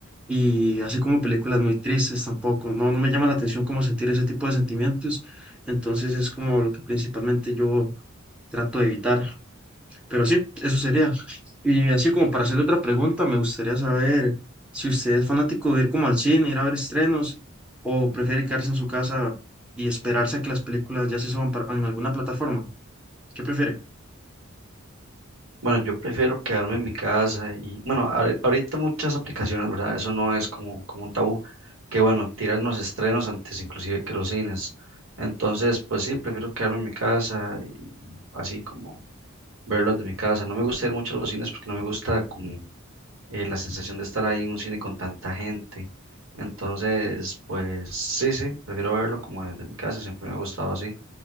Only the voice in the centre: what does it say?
Y así como películas muy tristes tampoco. No, no me llama la atención como sentir ese tipo de sentimientos. Entonces es como lo que principalmente yo trato de evitar. Pero sí, eso sería. Y así como para hacerle otra pregunta, me gustaría saber si usted es fanático de ir como al cine, ir a ver estrenos, o prefiere quedarse en su casa y esperarse a que las películas ya se suban para- en alguna plataforma. ¿Qué prefiere?